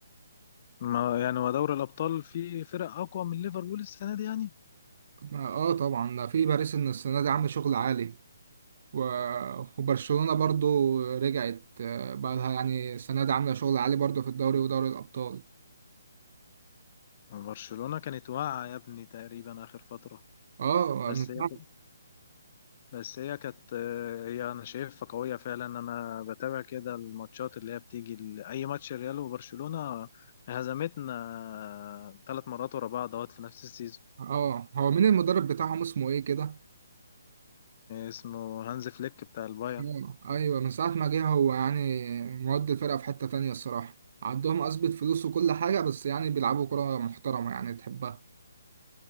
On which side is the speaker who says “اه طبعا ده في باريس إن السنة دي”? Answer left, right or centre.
Right